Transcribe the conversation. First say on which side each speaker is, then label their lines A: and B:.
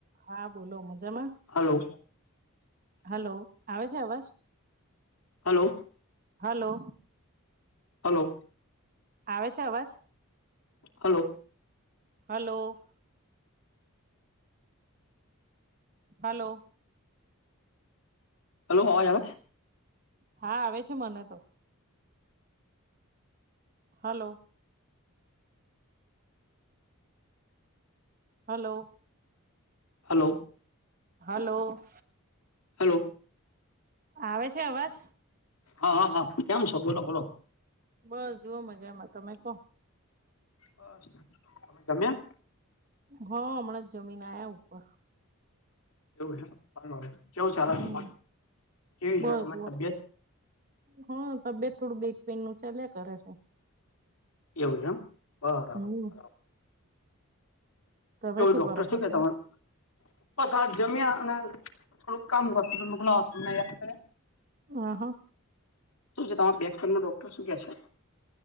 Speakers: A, on the right; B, on the left.
A: હા બોલો મજામાં
B: હલો.
A: હલો આવે છે અવાજ
B: હલો
A: હલો
B: હલો
A: આવે છે અવાજ?
B: હલો
A: હાલો હલો
B: હલ્લો, અવાજ આવે?
A: હા, આવે છે મને તો. Hello hello
B: hello
A: hello
B: hello
A: આવે છે અવાજ?
B: હા હા હા, કેમ છો? બોલો બોલો.
A: બસ જોઓ મજામાં, તમે કો.
B: બસ. તમે જમ્યા?
A: હો, હમણાંજ જમીન આયા ઉપર.
B: એવું છે, ચાલો કેવું ચાલે
A: હમ
B: તમારે, કેવી
A: બસ
B: છે તમારી
A: જુઓ
B: તબિયત?
A: હા, તબિયત થોડું બેક પેઇન નું ચાલ્યા કરે છે
B: એવું એમ, બરાબર.
A: હમ
B: બરાબર.
A: તમે
B: કેવું
A: શું
B: ડોક્ટર
A: કરો
B: શુ
A: છો
B: છે કે
A: ત્યાં
B: તમારુ? બસ આ જમ્યા, અને થોડુંક કામ કરતી, મેં કીધું લા આસી ને યાદ કરે
A: આ હા
B: શુ છે, તમારા બેક પેઇનનું ડોક્ટર શું કે છે?